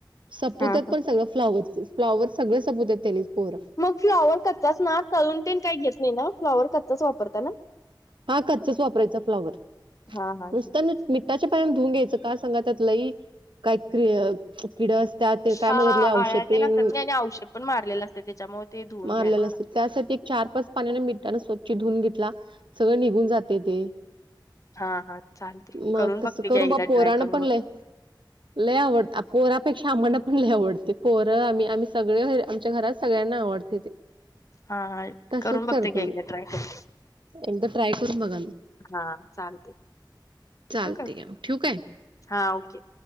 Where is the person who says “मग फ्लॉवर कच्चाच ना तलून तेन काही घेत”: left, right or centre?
Left